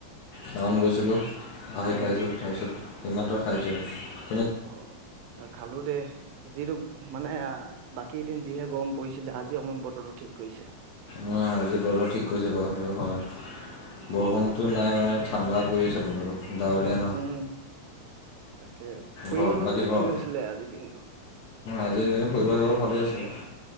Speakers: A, on the left; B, on the right.
A: টাউন গৈছিলো আহি
B: উম
A: পাইছো তাৰপিছত <unintelligible>
B: অ', খালো দে যিটো মানে বাকী দিন যিহে গৰম পৰি ছিলে, জি অকমান বতৰটো ঠিক কৰিছে
A: উ, আজি বতৰ ঠিক কৰিছে বাৰু, সেই হয়
B: উম
A: বৰষুণতো নাই মানে ঠাণ্ডা পৰি আছে বতৰটো ডাৱৰীয়া ন
B: উম, তাকে ফুৰিব
A: ঘৰ
B: যাবলৈ
A: বাকী ঘৰ
B: ঠিক হৈছিলে আজিৰ দিনটোত
A: আজি ফুৰিবলৈ যাব ভালেই আছিলে,